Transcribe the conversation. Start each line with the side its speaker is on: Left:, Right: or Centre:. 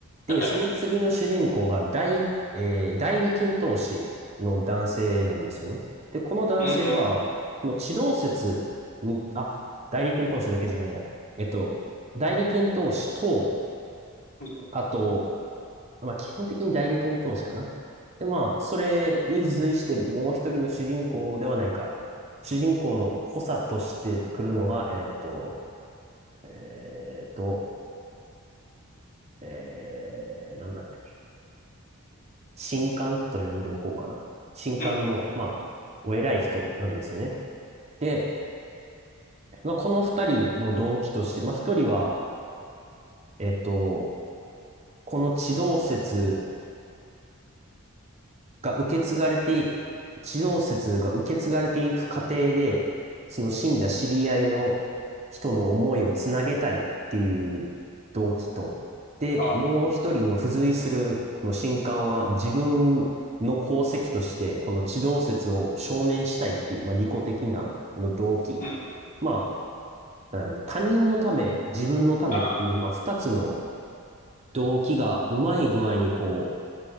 Right: で、
Left: はい。
Right: その次の主人公が代、えー代理検討士の男性なんですよね。で、この男性は、
Left: うん。
Right: この地動説に、あ、代理検討士だけじゃないや。えっと、代理検討士と、
Left: うん。
Right: あと、まあ、基本的に代理検討士かな。で、まあ、それに付随してもう一人の主人公ではないか。主人公の補佐として来るのが、えっと、えっと、えー、なんだったっけ。神官と呼んでおこうかな。神官の、
Left: うん。
Right: まあ、お偉い人なんですよね。で、まあ、この二人の動機として、まあ、一人は、えっと、この地動説が受け継がれて、地動説が受け継がれていく過程で、その死んだ知り合いの人の思いをつなげたいっていう動機と、で、
Left: あ、
Right: もう一人の付随するこの神官は自分の功績として、この地動説を証明したいっていう、まあ、利己的なこの動機。
Left: うん。
Right: まあ、他人のため、自分のためっていう、
Left: あ、
Right: まあ、二つの動機がうまい具合にこう、